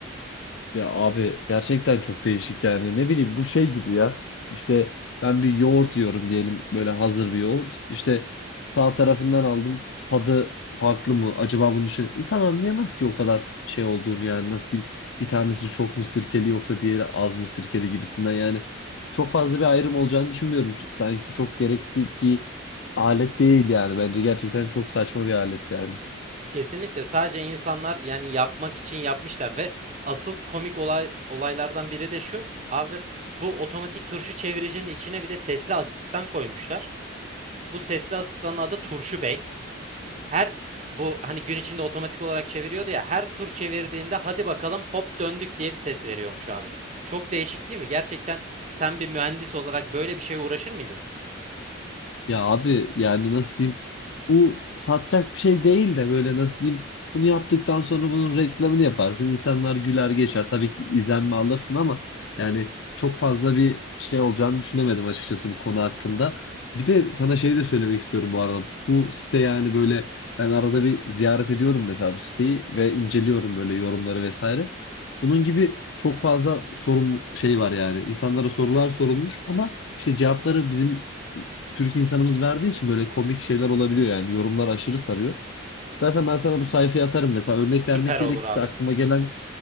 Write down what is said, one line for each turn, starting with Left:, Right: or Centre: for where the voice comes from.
Left: Ya abi gerçekten çok değişik yani ne bileyim bu şey gibi ya işte ben bir yoğurt yiyorum diyelim böyle hazır bir yoğurt işte sağ tarafından aldım tadı farklı mı acaba bunun için insan anlayamaz ki o kadar şey olduğunu yani nasıl diyeyim bir tanesi çok mu sirkeli yoksa diğeri az mı sirkeli gibisinden yani çok fazla bir ayrım olacağını düşünmüyorum sanki çok gerekli bir alet değil yani bence gerçekten çok saçma bir alet yani.
Right: Kesinlikle sadece insanlar yani yapmak için yapmışlar ve asıl komik olay olaylardan biri de şu. Abi bu otomatik turşu çeviricinin içine bir de sesli asistan koymuşlar. Bu sesli asistanın adı Turşu Bey. Her bu hani gün içinde otomatik olarak çeviriyordu ya her tur çevirdiğinde hadi bakalım hop döndük diye bir ses veriyormuş abi. Çok değişik değil mi? Gerçekten sen bir mühendis olarak böyle bir şeye uğraşır mıydın?
Left: Ya abi yani nasıl diyeyim bu satacak bir şey değil de böyle nasıl diyeyim bunu yaptıktan sonra bunun reklamını yaparsın insanlar güler geçer tabii ki izlenme alırsın ama yani çok fazla bir şey olacağını düşünemedim açıkçası bu konu hakkında. Bir de sana şey de söylemek istiyorum bu arada bu site yani böyle ben arada bir ziyaret ediyorum mesela bu siteyi ve inceliyorum böyle yorumları vesaire. Bunun gibi çok fazla sorun şey var yani insanlara sorular sorulmuş ama işte cevapları bizim Türk insanımız verdiği için böyle komik şeyler olabiliyor yani yorumlar aşırı sarıyor. İstersen ben sana bu sayfayı atarım. Mesela örnek
Right: Süper
Left: vermek gerekirse
Right: olur abi.
Left: aklıma gelen